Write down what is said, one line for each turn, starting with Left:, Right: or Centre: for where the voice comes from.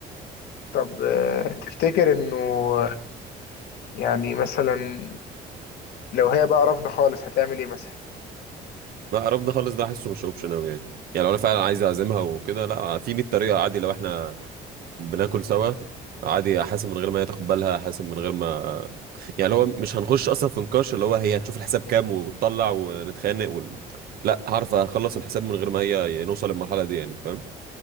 Left: طب آه، تفتكر انه يعني مثلا لو هي بقى رافضة خالص هتعمل ايه مثلا
Right: لا رفض خالص ده حاسه مش اوبشن قوي يعني يعني لو انا فعلا عايز اعزمها وكده لا في 100 طريقه عادي لو احنا بناكل سوا عادي حاسب من غير ما هي تاخد بالها حاسب من غير ما يعني اللي هو مش هنخش اصلا في نقاش اللي هو هي هتشوف الحساب كام وتطلع ونتخانق وال... لا هعرف اخلص الحساب من غير ما هي نوصل للمرحله دي يعني انت فاهم